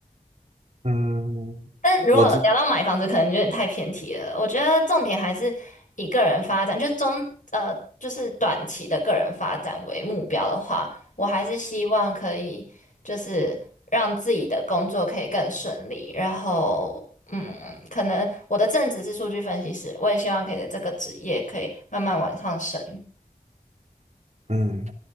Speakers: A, on the right; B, on the left.
A: 嗯，
B: 但如果聊到买房子，
A: 我自
B: 可能有点太偏题了。我觉得重点还是以个人发展，就是中呃，就是短期的个人发展为目标的话，我还是希望可以就是让自己的工作可以更顺利。然后，嗯，可能我的正职是数据分析师，我也希望可以在这个职业可以慢慢往上升。
A: 嗯，